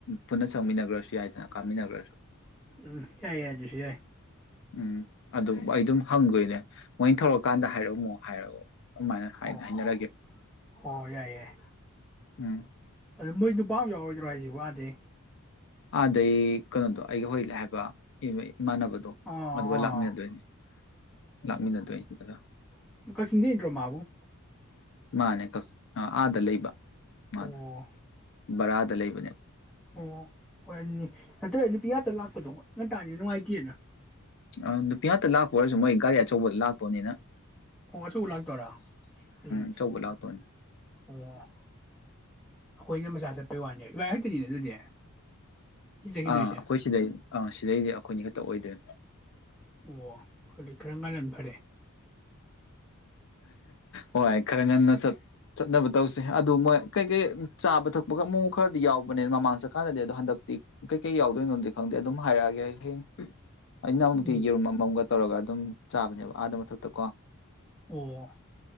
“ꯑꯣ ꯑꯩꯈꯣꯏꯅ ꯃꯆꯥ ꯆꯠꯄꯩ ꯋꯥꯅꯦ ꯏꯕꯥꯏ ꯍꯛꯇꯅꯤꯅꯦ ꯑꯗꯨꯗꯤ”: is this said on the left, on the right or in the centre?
Centre